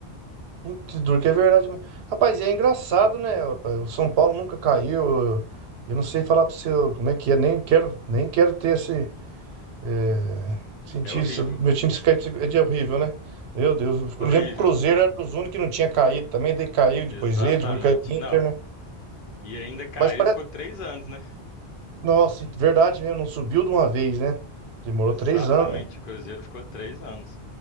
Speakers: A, on the right; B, on the left.
A: Muito duro, que é verdade. mesmo. Rapaz, e é engraçado, né? rapaz? O São Paulo nunca caiu. Eu não sei falar pra você como é que é. Nem quero, nem quero ter esse. é, sentir
B: É horrível,
A: isso. Meu time se cair é de horrível, né? Meu Deus.
B: horrível.
A: Eu lembro que o Cruzeiro era dos únicos que não tinha caído também. Daí caiu, depois
B: Exatamente,
A: ele, depois caiu o Inter,
B: não.
A: né?
B: E ainda caiu
A: Mas parece
B: e ficou três anos, né?
A: Nossa, verdade mesmo, não subiu de uma vez, né? Demorou
B: Exatamente,
A: três anos, né?
B: o Cruzeiro ficou três anos.